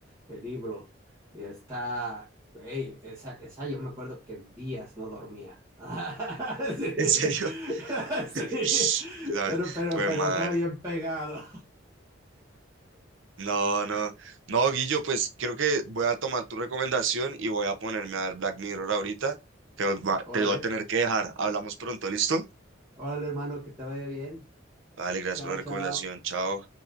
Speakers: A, on the right (about 15°); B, on the right (about 75°).
A: el libro. Y está, güey, esa, esa yo me acuerdo que días no dormía. <laughs> sí.
B: ¿En serio?
A: <laughs> sí.
B: <laughs> Ay,
A: Pero, pero,
B: güey,
A: pero
B: madre.
A: estaba bien pegado.
B: No, no, no, Guillo, pues creo que voy a tomar tu recomendación y voy a ponerme a ver Black Mirror ahorita. Te, va-
A: Órale,
B: te voy a tener que dejar. Hablamos pronto, ¿listo?
A: órale, hermano, que te vaya bien.
B: Vale, gracias
A: Chao,
B: por la recomendación.
A: chao.
B: Chao.